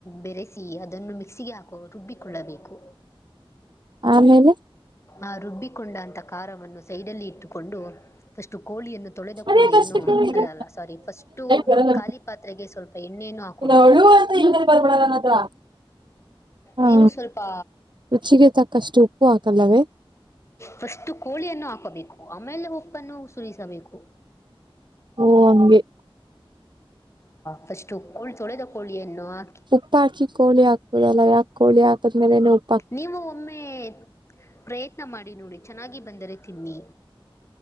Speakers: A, on the left (about 30°); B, on the right (about 55°).
A: ಬೆರೆಸಿ ಅದನ್ನು ಮಿಕ್ಸಿಗೆ ಹಾಕೋ ಬಿಟ್ಟು ರುಬ್ಬಿಕೊಳ್ಳಬೇಕು
B: ಆಮೇಲೆ
A: ಆ ರುಬ್ಬಿಕೊಂಡ ಅಂಥ ಖಾರವನ್ನು ಸೈಡಲ್ಲಿ ಇಟ್ಟುಕೊಂಡು ಫಸ್ಟು ಕೋಳಿಯನ್ನು ತೊಳೆದ
B: ಅದೇ
A: ಕೋಳಿಯನ್ನು
B: ಕಷ್ಟಕ್ಕೆ
A: ಅಲ್ಲಲ್ಲ ಸಾರಿ ಫಸ್ಟು
B: ಬರಲ್ಲ
A: ಖಾಲಿ ಪಾತ್ರೆಗೆ ಸ್ವಲ್ಪ ಎಣ್ಣೆನು ಹಾಕ್
B: <unintelligible> ಹಾ
A: ನೀವು ಸಲ್ಪಾ
B: ರುಚಿಗೆ ತಕ್ಕಷ್ಟು ಉಪ್ಪು ಹಾಕಲ್ಲವೇ
A: ಫಸ್ಟ್ ಕೋಳಿಯನ್ನು ಹಾಕೋಬೇಕು ಆಮೇಲೆ ಉಪ್ಪನ್ನು ಕುದಿಸಬೇಕು
B: ಓ ಹಂಗೆ
A: ಫರ್ಸ್ಟ್ ತು ಕೋಳ್ ತೊಳೆದ ಕೋಳಿಯನ್ನು ಹಾಕಿ
B: ಉಪ್ಪು ಹಾಕಿ ಕೋಳಿ ಹಾಕ್ಬುದಲ್ಲ ಯಾಕ್ ಕೋಳಿ ಹಾಕದ್ಮೇಲೆನೇ ಉಪ್
A: ನೀವು ಒಮ್ಮೇ ಪ್ರಯತ್ನ ಮಾಡಿ ನೋಡಿ ಚೆನ್ನಾಗಿ ಬಂದರೆ ತಿನ್ನಿ